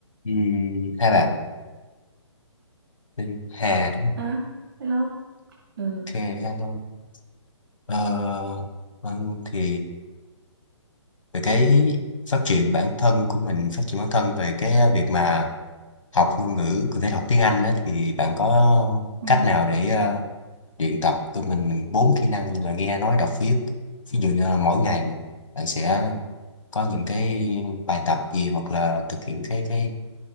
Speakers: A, on the left; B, on the right.
A: Ừm, hai bạn tên Hà đúng không?
B: À, hello. Ừ.
A: ok hello ờ, vâng thì về cái phát triển bản thân của mình phát triển bản thân về cái ờ, việc mà học ngôn ngữ cụ thể là học tiếng Anh đó thì bạn có
B: Ừ,
A: cách nào để ờ, luyện tập cho mình bốn kỹ năng như là nghe nói đọc viết ví dụ như là mỗi ngày bạn sẽ có những cái bài tập gì hoặc là thực hiện cái cái,